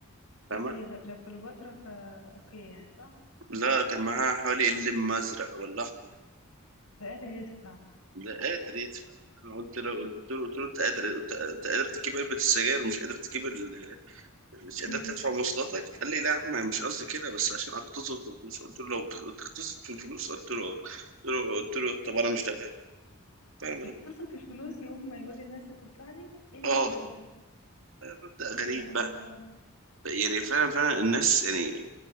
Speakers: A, on the left (about 80°); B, on the right (about 60°).
A: بص
B: فاهمة
A: هي لو لو كليوباترا فا اوكي يعني صح
B: ده كان معاه حوالي اللم أزرق ولا أحمر
A: ده قادر يدفع
B: لا قادر يدفع أنا قلت له قلت
A: مم.
B: له قلت له أنت قادر قلت- أنت قادر تجيب علبة السجاير ومش قادر تجيب ال... مش قادر
A: يمكن
B: تدفع مواصلاتك قال لي لا يا عم مش قصدي كده بس عشان أقتصد في الفلوس قلت له لو بتقتصد في الفلوس قلت له آه. قلت له قلت له طب أنا مش تابع فأنا ما
A: يقتصد
B: تابعت.
A: في الفلوس يقوم ما يقول للناس ادفع لي ايه المبدأ
B: اه
A: ده
B: مبدأ
A: يا
B: غريب
A: الله
B: بقى يعني فعلا فعلا الناس يعني